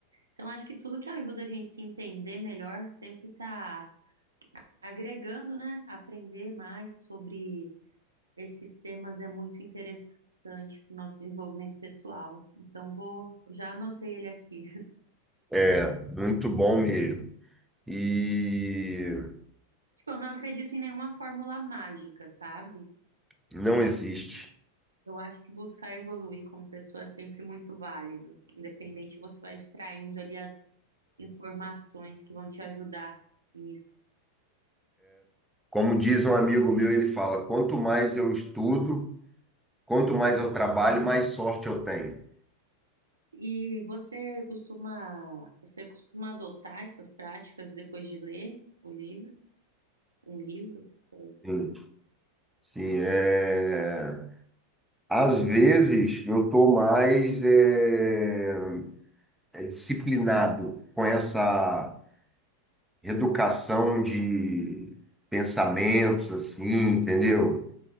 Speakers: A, on the right; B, in the centre.
A: Então, acho que tudo que ajuda a gente se entender melhor sempre tá agregando, né? Aprender mais sobre esses temas é muito interessante para o nosso desenvolvimento pessoal. Então, vou, já anotei ele aqui.
B: É, muito bom mesmo. E
A: Tipo, eu não acredito em nenhuma fórmula mágica, sabe?
B: não existe.
A: Eu acho que buscar evoluir como pessoa é sempre muito válido. Independente, você vai extraindo ali as informações que vão te ajudar nisso.
B: Como diz um amigo meu, ele fala: quanto mais eu estudo, quanto mais eu trabalho, mais sorte eu tenho.
A: E você costuma, você costuma adotar essas práticas depois de ler o livro, um livro, por exemplo?
B: Sim, sim, é. Às vezes eu tô mais eh, disciplinado com essa reeducação de pensamentos, assim, entendeu?